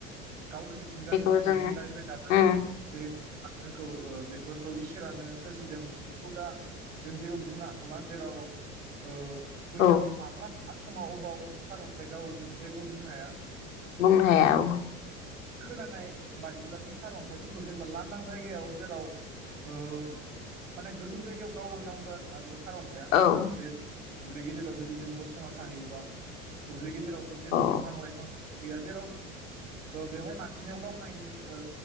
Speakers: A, on the right; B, on the left.
A: गावनो मिथिंगाजों
B: बेखौ जों
A: मिथिंगानिफ्राय दाजाबनानै
B: उम
A: जिहेथु आ जोंखौ बेफोरखौ इसोरानो सोरजिदों बेखौ दा जों जेबो बुंनो हाथला जेराव ओ बैयाव
B: औ
A: माब्ला आसामाव अबाव सारअन्थाइ गावो जों जेबो बुंनो हाया
B: बुंनो हाया औ
A: खोनानाय बादिब्ला जों सारअन्थाइफोरखौ जेनेबा लांदां जायगायाव जेराव ओ माने गोजौ जायगायाव गावो होना बुंदों आरोना बेस सारअन्थाइआ
B: औ
A: जेथ दुब्लि गेजेराव जुदि जों गसंना थाहैबा दुब्लि गेजे रावथ जेबो
B: औ
A: बिफां लाइफां गैया जेराव ओ बेवहाय मान सिनियाव गावनायनि ओ